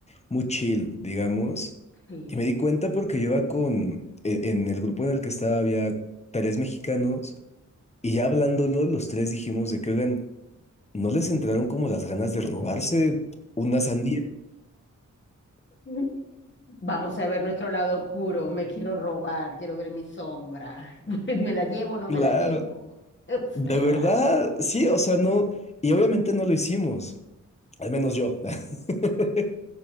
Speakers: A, on the left (about 20°); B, on the left (about 40°).
A: muy chill, digamos.
B: Sí.
A: Y me di cuenta porque yo iba con, e- en el grupo en el que estaba había tres mexicanos y ya hablándolo, los tres dijimos de que, oigan, ¿no les entraron como las ganas de robarse una sandía?
B: <laughs> Vamos a ver nuestro lado oscuro. Me quiero robar, quiero ver mi sombra. <laughs> ¿Me la llevo o no
A: Claro,
B: me la llevo? <laughs> O sea,
A: de verdad, sí, o sea, no, y obviamente no lo hicimos, al menos yo. <laughs>